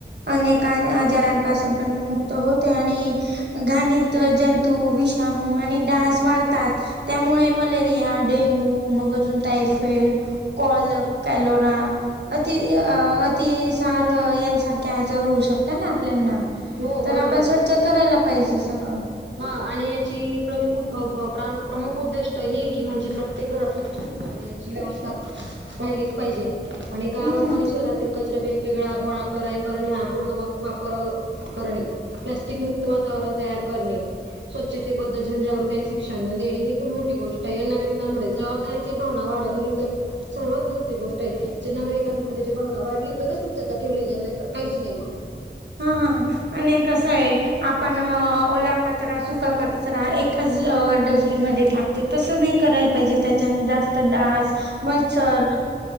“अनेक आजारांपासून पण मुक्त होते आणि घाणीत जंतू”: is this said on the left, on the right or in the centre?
Right